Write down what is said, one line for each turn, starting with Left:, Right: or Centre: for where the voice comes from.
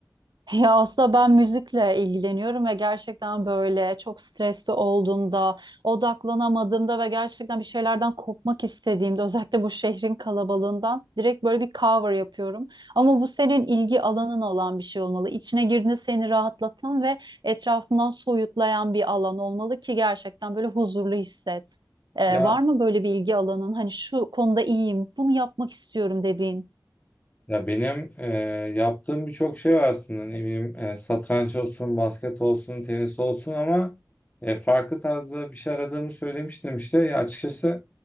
Right: Ya aslında ben müzikle ilgileniyorum ve gerçekten böyle çok stresli olduğumda, odaklanamadığımda ve gerçekten bir şeylerden kopmak istediğimde, özellikle bu şehrin kalabalığından direkt böyle bir cover yapıyorum. Ama bu senin ilgi alanın olan bir şey olmalı. İçine girdiğinde seni rahatlatan ve etrafından soyutlayan bir alan olmalı ki gerçekten böyle huzurlu hisset. Ee,
Left: Ya
Right: var mı böyle bir ilgi alanın? Hani şu konuda iyiyim, bunu yapmak istiyorum dediğin?
Left: ya benim e, yaptığım birçok şey var aslında. Ne bileyim e, satranç olsun, basket olsun, tenis olsun ama e, farklı tarzda bir şey aradığımı söylemiştim işte. Ya açıkçası